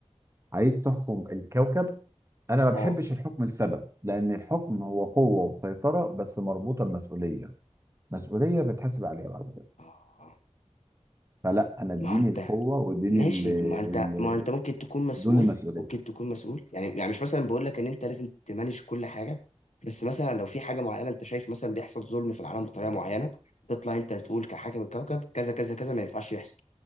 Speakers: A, on the right (about 25°); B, on the left (about 80°).
A: عايز تحكم الكوكب انا ما
B: اه
A: بحبش الحكم لسبب لان الحكم هو قوة وسيطرة بس مربوطة بمسؤولية مسؤولية بتحاسب عليها بعد كده
B: آه.
A: فلا انا اديني
B: ما هو انت
A: القوة واديني
B: ماشي
A: ال-
B: ما انت
A: ال-
B: ما انت ممكن تكون مسؤول
A: بدون المسؤوليه
B: ممكن تكون مسؤول يعني يعني مش مثلا بقول لك ان انت لازم تمانج كل حاجه بس مثلا لو في حاجه معينه انت شايف مثلا بيحصل ظلم في العالم بطريقه معينه تطلع انت تقول كحاكم الكوكب كذا كذا كذا ما ينفعش يحصل